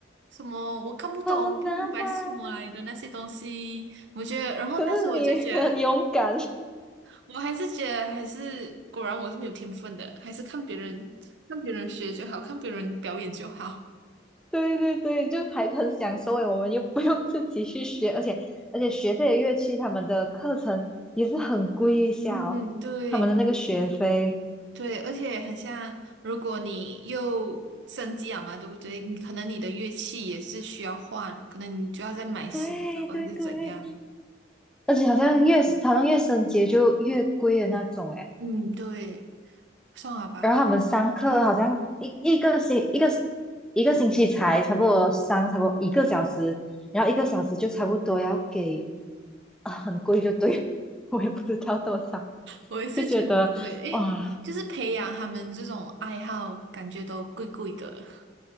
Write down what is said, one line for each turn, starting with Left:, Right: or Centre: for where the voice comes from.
Right: 什么我看不懂，
Centre: 很难啊。
Right: 我不明白是什么来的那些东西，我觉得，然后那时候我就觉得
Centre: 可是你很勇敢。<laughs>
Right: 我还是觉得还是果然我是没有天分的，还是看别人看别人学就好，看别人表演就好。
Centre: 对对对，就还很享受诶，我们又 <laughs> 不用自己去学，而且而且学这些乐器，他们的课程也是很贵一下哦，
Right: 嗯，对
Centre: 他们的那个学费。
Right: 对，而且很像，如果你又升级了嘛，对不对？你可能你的乐器也是需要换，可能你就要再买新的，
Centre: 对对对，
Right: 还是怎样？
Centre: 而且好像越好像越升级就越贵的那种诶，
Right: 嗯，对，算了吧，
Centre: 然后他们上课好像一一个星一个一个星期才差不多上差不多一个小时，然后一个小时就差不多要给啊很贵就对了，<laughs> 我也不知道多少，
Right: 我也是觉得很贵，
Centre: 就觉得哇
Right: 诶，就是培养他们这种爱好，感觉都贵贵的。